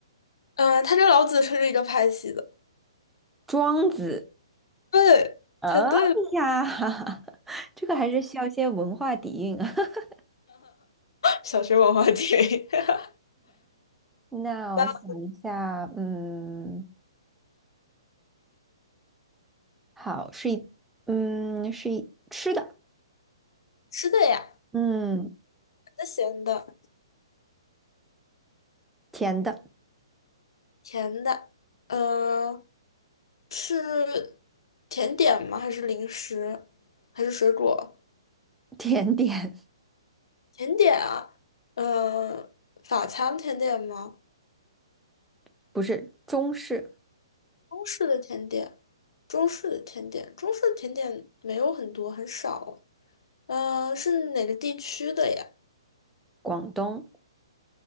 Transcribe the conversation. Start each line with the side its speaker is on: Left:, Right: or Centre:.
Left: 嗯、呃，他跟老子是一个派系的，
Centre: 庄子。
Left: 对，
Centre: <laughs> 哎呀，
Left: 猜对。了。
Centre: <laughs> 这个还是需要一些文化底蕴啊。<laughs>
Left: 小学文化题。<laughs>
Centre: 那我想一下，
Left: 那
Centre: 嗯，好，是一，嗯，是一吃的，
Left: 吃的呀，
Centre: 嗯，
Left: 甜咸的、
Centre: 甜的，
Left: 甜的，呃，是甜点吗？还是零食？还是水果？
Centre: 甜点，
Left: 甜点啊，呃，法餐甜点吗？
Centre: <laughs> 不是中式，
Left: 中式的甜点，中式的甜点，中式的甜点没有很多，很少。呃，是哪个地区的呀？
Centre: 广东，